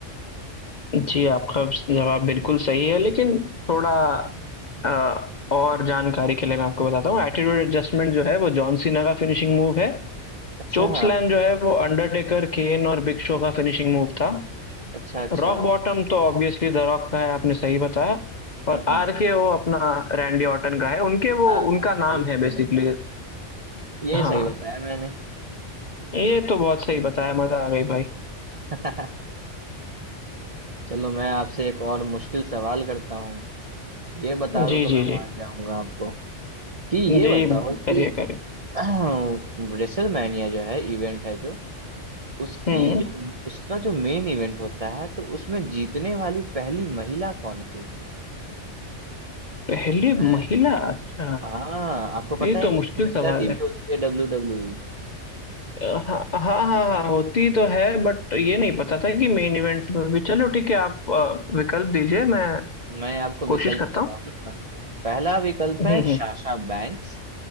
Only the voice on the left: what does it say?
जी आपका जवाब बिल्कुल सही है लेकिन थोड़ा अ, और जानकारी के लिए मैं आपको बताता हूँ एटीट्यूड एडजस्टमेंट जो है वो जॉन सीना का फिनिशिंग मूव है
चोक स्लैम जो है वो अंडरटेकर केन और बिग शो का फिनिशिंग मूव था
रॉक बॉटम तो ऑब्वियसली द रॉक का है आपने सही बताया
और आर
के ओ अपना रैंडी ऑर्टन का है उनके वो
उनका नाम
है
बेसिकली
हाँ
ये तो बहुत सही बताया मजा आ गई भाई
जी
जी
जी
जी
करिए
करिए
हम्म
पहली
महिला अच्छा
ये
तो
मुश्किल
सवाल
है
अ, हाँ हाँ हाँ हाँ, होती तो है बट ये नहीं पता था कि मेन इवेंट्स में भी चलो ठीक है आप अ, विकल्प दीजिए मैं
कोशिश करता
हूँ
हम्म
हम्म